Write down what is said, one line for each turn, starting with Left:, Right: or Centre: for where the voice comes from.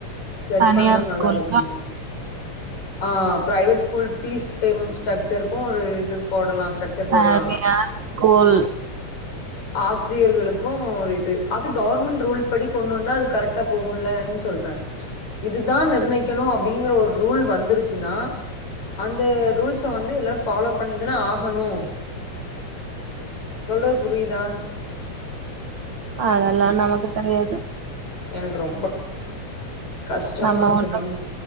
Left: செட்
Right: தனியார்
Left: பண்ணா நல்லாருக்குமோ
Right: ஸ்கூலுக்கு
Left: ஆ பிரைவேட் ஸ்கூல் பீஸ் பேம் ஸ்ட்ரக்சர்க்கும் ஒரு இது போடலா ஸ்ட்ரக்சர் போடலா
Right: அ நீங்க ஸ்கூல்
Left: ஆசிரியர்களுக்கும் ஒரு இது அது கவர்மெண்ட் ரூல் படி கொண்டு வந்தா அது கரெக்ட்டா போகுல்லன் சொல்றே இதுதான் நிர்ணயிக்கணும் அப்டிங்கிற ஒரு ரூல் வந்துருச்சுன்னா அந்த ரூல்ஸ வந்து எல்லாரும் ஃபாலோ பண்ணி தான ஆகணும் சொல்றது புரிதா
Right: அதெல்லா நமக்கு தெரியாது
Left: எனக்கு ரொம்ப கஷ்டமா
Right: நம்ம
Left: இருக்குமான்
Right: ஒண்ணு